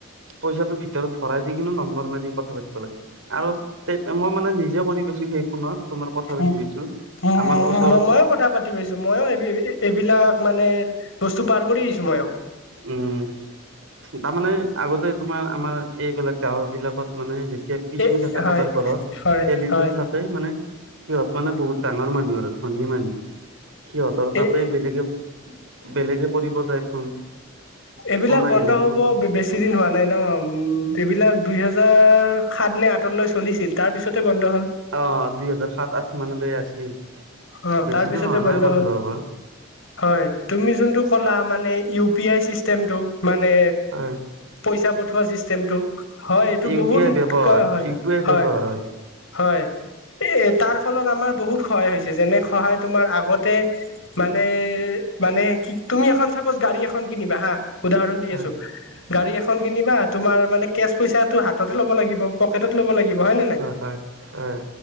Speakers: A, on the right; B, on the left.
A: পইচাটোৰ ভিতৰত ভৰাই দি কিনো নম্বৰ মাৰি কথা পাতিবলে, আৰু মই মানে নিজে কৰি পাইছো সেই ফোনত। তোমাৰ কথা পাতি
B: উ
A: পাইছো
B: উম
A: আমাৰ ওচৰত
B: উম ময়ো কথা পাতি পাইছো মই এ এইবিলাক মানে বস্তু পাৰ কৰি আহিছো মই আ
A: উম। তাৰমানে আগতে তোমাৰ আমাৰ এইবিলাক গাঁওবিলাকত মানে কেবপিছু
B: এ
A: থাকে
B: হয়
A: কাৰোবাৰ ঘৰত,
B: হয়
A: টেলিফোন
B: হয়
A: থাকে মানে সিহত মানে বহুত ডা ডাঙৰ মানুহ আৰু ধনী মানুহ, সিহঁতৰ তাতে
B: এই
A: বেলেগে বেলেগে কৰিব যায় ফোন।
B: এইবিলাক
A: ফোন আহিলে
B: বন্ধ হব
A: ফোন
B: বেছি দিন হোৱা নাই ন উম এইবিলাক দুই হেজাৰ সাত নে, আঠ লৈ চলিছিল। তাৰ পিছতে, বন্ধ হ'ল
A: অ'! দুই হোজাৰ, সাত, আঠ মানলৈ আছিল।
B: অ'!
A: বেছি
B: তাৰপিছতে
A: দূৰ হোৱা
B: বন্ধ
A: নাই
B: হ'ল।
A: হ'ব
B: হয়। তুমি যোনটো ক'লা! মানে, ইউ পি আই চিষ্টেমটো মানে,
A: হয়
B: পইচা পঠোৱা চিষ্টেম। হয়, এইটো
A: ইউ
B: বহুত
A: পি আই ব্যৱহাৰ
B: ক' হয়,
A: ইউ পি আই
B: হয়,
A: ব্যৱহাৰ
B: হয়। এ, তাৰ ফলত আমাৰ বহুত সহায় হৈছে। যেনে সহায় তোমাৰ, আগতে মানে, মানে, তুমি এখন চাপছ গাড়ী এখন কিনিবা হা! উদাহৰণ দি
A: হয়
B: আছোঁ, গাড়ী এখন কিনিবা তোমাৰ মানে, কেচ পইচাটো হাততে ল'ব লাগিব। পকেটত <unintelligible> ল'ব লাগিব। হয় নে নাই?
A: হয় হয়